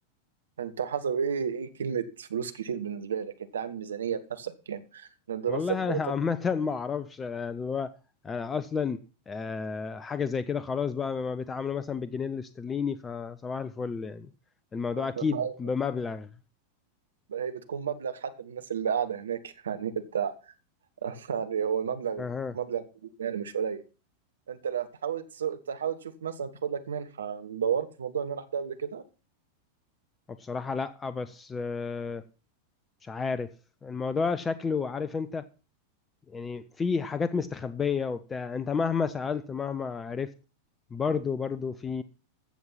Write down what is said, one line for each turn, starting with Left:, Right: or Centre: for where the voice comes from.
Right: أنت حسب إيه إيه كلمة فلوس كتير بالنسبة لك أنت عامل ميزانية بنفسك يعني إن الدراسة
Left: والله
Right: في بريطانيا
Left: انا <laughs> عامة ما اعرفش أنا اللي هو أنا اصلا آه، حاجة زي كده خلاص بقى ما بيتعاملوا مثلا بالجنيه الاسترليني فصباح الفل يعني الموضوع
Right: <laughs>
Left: اكيد بمبلغ
Right: هي بتكون مبلغ حتى من الناس اللي قاعدة هناك يعني <laughs> يعني هو المبلغ
Left: اها
Right: مبلغ يعني مش قليل انت لو تحاول تسو... تحاول تشوف مثلا تاخد لك منحة دورت في موضوع المنح ده قبل كده
Left: وبصراحة لا بس آه، مش عارف الموضوع شكله عارف انت يعني في حاجات مستخبية وبتاع انت مهما سألت مهما عرفت برضو برضو في